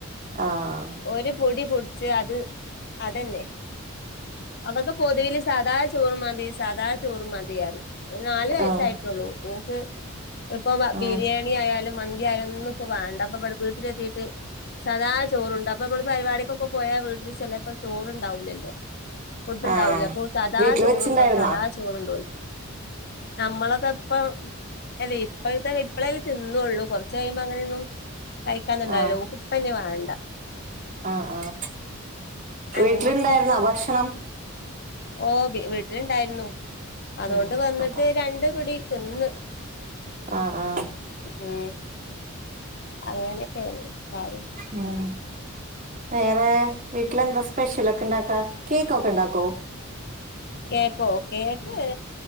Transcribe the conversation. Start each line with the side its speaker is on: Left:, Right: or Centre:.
Right: ആഹ്
Left: ഒരു പുടി പുട്ച്ച് അത് അതന്നെ അ പൊതീല് സാദാ ചോറ് മതി. സാദാ ചോറും മതിയറിം നാല് വയസ്സായിട്ടൊള്ളു.
Right: ആഹ്
Left: ഓക്ക് ഇപ്പൊ
Right: ആഹ്
Left: ബിരിയാണി ആയാലും മന്തി ആയാലൊന്നും വേണ്ട അപ്പ ഇടെ വീട്ടിലെത്തീട്ട് സാധാ ചോറ്ണ്ട്. അപ്പൊ നമ്മള് പരിപടിക്കൊക്ക പോയാ വീട്ടില് ചെലപ്പം ചോറ് ഇണ്ടാവു ലല്ലോ. ഫുഡ്
Right: ആഹ്
Left: ഉണ്ടാവൂല. അപ്പൊ സദാ
Right: വീട്ടില്
Left: ചോറുണ്ടോ
Right: വെച്ചിണ്ടായിരുന്നാ
Left: സദാ ചോറുണ്ടോയ്ക്കും. നമ്മളൊക്കെ ഇപ്പം. അല്ലെ ഇപ്പഴ്ത്തെ ഇപ്പളെല്ലെ തിന്നൊള്ളു കൊറ്ച്ച് കഴുമ്പ ങ്ങനെയൊന്നും. കഴിക്കാന്നുണ്ടായാലോ
Right: ആഹ്
Left: ഓക്ക് ഇപ്പ ന്നെ വാണ്ട.
Right: ആഹ് ആഹ്
Left: അങ്ങനെയൊക്കെ
Right: വീട്ടിലുണ്ടായിരുന്നോ ഭക്ഷണം.
Left: ഏഹ് വീട്ടിലുണ്ടായിര്ന്നു. അതുകൊണ്ട്
Right: ഉം
Left: വന്നിട്ട്
Right: അപ്പൊ
Left: രണ്ട് പിടി തിന്നു.
Right: ആഹ് ആഹ്
Left: ഉം അങ്ങനെ ഒക്കെ കാര്യം
Right: ഉം വേറെ വീട്ടിലെന്താ സ്പെഷ്യലൊക്കെ ഇണ്ടാക്കാ. കേക്കൊക്കെ ഇണ്ടാക്കോ.
Left: കേക്കോ കേക്ക്